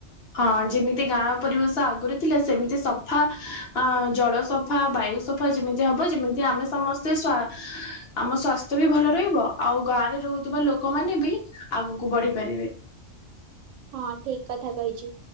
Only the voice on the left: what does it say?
ହଁ ଯେମିତି ଗାଁ ପରିବେଶ ଆଗରେ ଥିଲେ ସେମିତି ସଫା ଅଁ ଜଳ ସଫ୍ ହଁ ବାୟୁ ସଫା ଯେମିତି ହବ ଯେମିତି ଆମେ ସମସ୍ତେ ସ୍ୱା ଆମ ସ୍ଵାସ୍ଥ୍ୟ ବି ଭଲ ରହିବ। ଆଉ ଗାଁରେ ରହୁଥିବା ଲୋକମାନେ ବି ଆଗୁକୁ ବଢ଼ି ପାରିବେ।